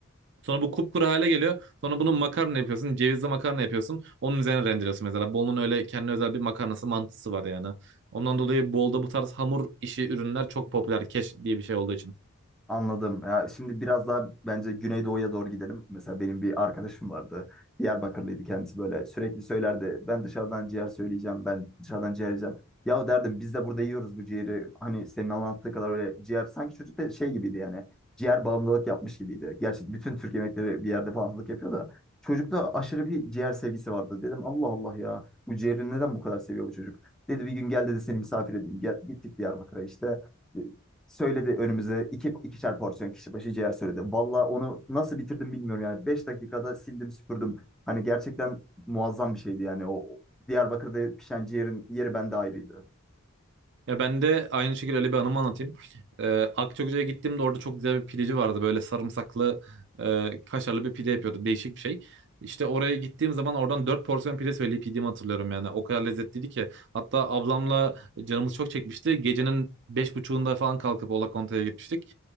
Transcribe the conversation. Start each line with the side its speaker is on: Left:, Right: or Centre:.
Right: Sonra bu kupkuru hale geliyor. Sonra bunu makarna yapıyorsun. Cevizli makarna yapıyorsun. Onun üzerine rendeliyorsun mesela. Bolu'nun öyle kendine özel bir makarnası mantısı var yani. Ondan dolayı Bolu'da bu tarz hamur işi ürünler çok popüler. Keş diye bir şey olduğu için.
Centre: Anladım. Ya şimdi biraz daha bence Güneydoğu'ya doğru gidelim. Mesela benim bir arkadaşım vardı. Diyarbakırlıydı kendisi böyle. Sürekli söylerdi. Ben dışarıdan ciğer söyleyeceğim. Ben dışarıdan ciğer yiyeceğim. Ya derdim biz de burada yiyoruz bu ciğeri. Hani senin anlattığı kadar öyle ciğer. Sanki çocuk da şey gibiydi yani. Ciğer bağımlılık yapmış gibiydi. Gerçi bütün Türk yemekleri bir yerde bağımlılık yapıyor da. Çocukta aşırı bir ciğer sevgisi vardı. Dedim Allah Allah ya. Bu ciğeri neden bu kadar seviyor bu çocuk? Dedi bir gün gel dedi seni misafir edeyim. Gel, gittik Diyarbakır'a işte söyledi önümüze iki, ikişer porsiyon kişi başı ciğer söyledi. Valla onu nasıl bitirdim bilmiyorum yani. Beş dakikada sildim süpürdüm. Hani gerçekten muazzam bir şeydi yani. O Diyarbakır'da pişen ciğerin yeri bende ayrıydı.
Right: Ya ben de aynı şekilde öyle bir anımı anlatayım. Ee, Akçakoca'ya gittiğimde orada çok güzel bir pideci vardı. Böyle sarımsaklı, e, kaşarlı bir pide yapıyordu. Değişik bir şey. İşte oraya gittiğim zaman oradan 4 porsiyon pide söyleyip yediğimi hatırlıyorum yani. O kadar lezzetliydi ki. Hatta ablamla canımız çok çekmişti. Gecenin 5.30'unda falan kalkıp Ola Conta'ya gitmiştik